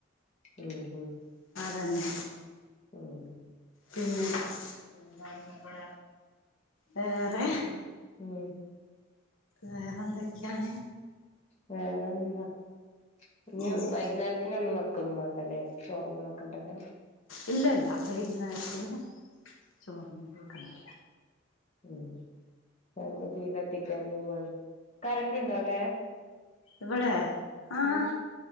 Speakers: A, on the left; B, on the left.
A: ആ ഹ
B: തന്നെ
A: ആഹ്.
B: പിന്നെ എന്ത കപ്പട വേറെ
A: ഉം ഉം
B: വേറെന്തൊക്കെയാണ്.
A: വേറെന്താ. ഇനി
B: ഉം
A: വൈന്നേരത്തിന് ഒന്നും മെക്കൊന്നും വേണ്ടല്ലേ ചോറൊന്നുംവെ ഒണ്ടല്ലോ.
B: ഇല്ല ഇല്ല വേകുന്നേരത്തീ ചോർമക്കല്ല.
A: ഉം ഉം എക്ക് തീ കത്തി ക്കാൻ പോവാണ് കറണ്ടുണ്ടോ അവിടെ?
B: ഇവടെ ആഹ്.
A: ഉം